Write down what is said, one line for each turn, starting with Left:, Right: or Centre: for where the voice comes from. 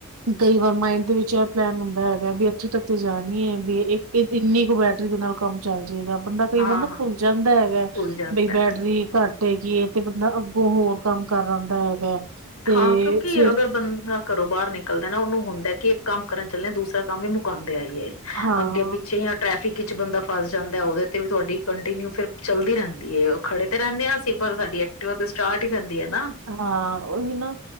Right: ਕਈ ਵਾਰ ਮਾਇੰਡ ਦੇ ਵਿੱਚ ਇਹ ਪਲੈਨ ਹੁੰਦਾ ਹੈਗਾ, ਵੀ ਇੱਥੇ ਤੱਕੇ ਜਾ ਵੀ ਇੱਕ ਕਿੰਨੀ ਕੁ ਬੈ ਰੀ ਦੇ ਨਾਲ ਕੰਮ ਚੱਲ ਰਿ ਜਦਾ ਬੰਦਾ
Left: ਹਾਂ-ਹਾਂ
Right: ਕਈ ਵਾਰ ਨਾ ਭੁੱਲ ਜਾਂਦਾ ਹੈਗਾ,
Left: ਭੁੱਲ ਜਾਂਦਾ
Right: ਬਈ ਬੈਟਰੀ ਘੱਟ ਹੈਗੀ ਐ। ਤੇ ਬੰਦਾ ਅੱਗੋਂ ਹੋਰ ਕੰਮ ਕਰ ਆਦਾ ਹੈਗਾ। ਤੇ
Left: ਹਾਂ, ਕਿਉਂਕਿ
Right: ਫਿਰ
Left: ਅਗਰ ਬੰਦਾ ਘਰੋਂ ਬਾਹਰ ਨਿਕਲਦਾ ਨਾ ਉਹਨੂੰ ਹੁੰਦਾ। ਕਿ ਇੱਕ ਕੰਮ ਕਰਨ ਚੱਲਿਆ ਦੂਸਰਾ ਕੰਮ ਵੀ ਮੁਕਾਉਂ ਆਈਏ
Right: ਹਾਂ
Left: ਅੱਗੇ ਪਿੱਛੇ ਜਾਂ ਟ੍ਰੈਫਿਕ ਕਿ ਬੰਦਾ ਫਸ ਜਾਂਦਾ ਉਹਦੇ ਤੇ ਵੀ ਤੁਹਾਡੀ ਕੰਟੀਨਿਊ ਫਿਰ ਚੱਲਦੀ ਰਹਿੰਦੀ ਹੈ, ਉਹ ਖੜੇ ਤੇ ਰਹਿੰਦੇ ਹਾਂ ਅਸੀਂ ਪਰ ਸਾਡੀ ਐਕਟਿਵਾ ਤੇ ਸਟਾਰਟ ਹੀ ਰਹਿੰਦੀ। ਹੈ ਨਾ
Right: ਹਾਂ ਉਹੀ ਨਾ